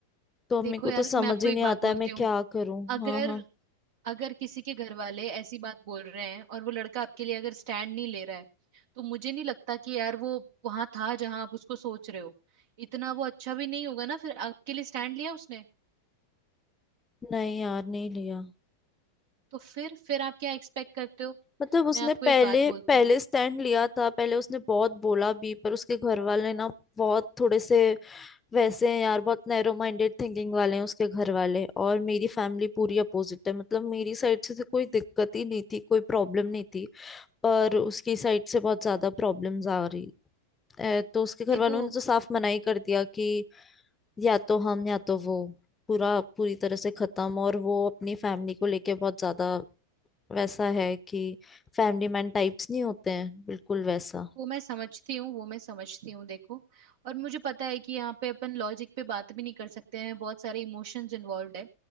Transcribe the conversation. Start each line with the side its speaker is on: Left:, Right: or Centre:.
Left: तो अम्मी
Right: देखो
Left: को
Right: यार
Left: तो समझ
Right: मैं आपको
Left: ही
Right: एक
Left: नहीं
Right: बात
Left: आता
Right: बोलती
Left: है मैं क्या
Right: हूँ
Left: करूं
Right: अगर
Left: हाँ हाँ
Right: अगर किसी के घर वाले ऐसी बात बोल रहे हैं और वो लड़का आपके लिए अगर स्टैंड नहीं ले रहा है तो मुझे नहीं लगता कि यार वो वहां था जहां आप उसको सोच रहे हो इतना वो अच्छा भी नहीं होगा ना फिर आपके लिए स्टैंड लिया उसने
Left: नहीं यार नहीं लिया
Right: तो फिर फिर आप क्या एक्सपेक्ट करते हो
Left: मतलब उसने
Right: मैं आपको
Left: पहले
Right: एक बात बोलती
Left: पहले
Right: हूँ
Left: स्टैंड लिया
Right: हम्म।
Left: था पहले उसने बहुत बोला भी पर उसके घर वाले ना बहुत थोड़े से वैसे हैं यार बहुत नैरो माइंडेड थिंकिंग वाले हैं उसके घर वाले और मेरी फैमिली पूरी अपोजिट है मतलब मेरी साइड से तो कोई दिक्कत ही नहीं थी कोई प्रॉब्लम नहीं थी पर उसकी साइड से बहुत ज्यादा प्रॉब्लम्स आ रही ए, तो उसके घर
Right: देखो
Left: वालों ने तो साफ मनाही कर दिया कि या तो हम या तो वो पूरा पूरी तरह से खत्म और वो अपनी फैमिली को लेके बहुत ज्यादा वैसा है कि फैमिली मैन टाइप्स नहीं होते हैं बिल्कुल वैसा
Right: वो मैं समझती हूँ वो मैं समझती हूँ देखो और मुझे पता है कि यहाँ पे अपन लॉजिक पे बात भी नहीं कर सकते हैं बहुत सारे इमोशंस इन्वॉल्व है